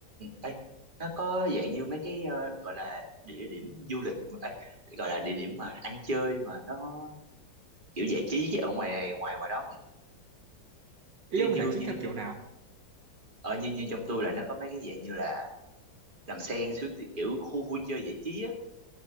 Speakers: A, on the right; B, on the right.
A: ấy nó có dạng như mấy cái ờ, gọi là địa điểm du lịch ấy, gọi là địa điểm mà ăn chơi mà nó kiểu giải trí chứ ở ngoài ngoài ngoài đó không nhỉ
B: ý
A: như
B: ông
A: như
B: giải
A: như
B: trí theo
A: như
B: kiểu nào
A: ở như như trong tôi là nó có mấy cái dạng như là đầm sen suối ti- kiểu khu vui chơi giải trí á